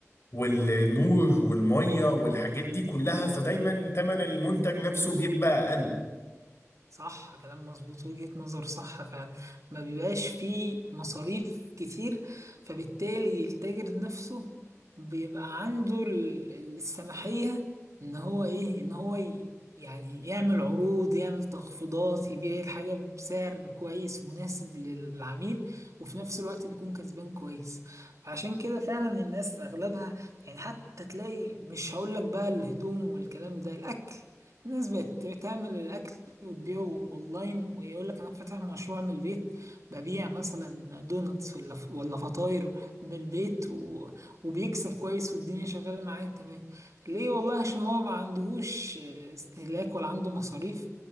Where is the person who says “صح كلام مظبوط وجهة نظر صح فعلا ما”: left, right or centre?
Right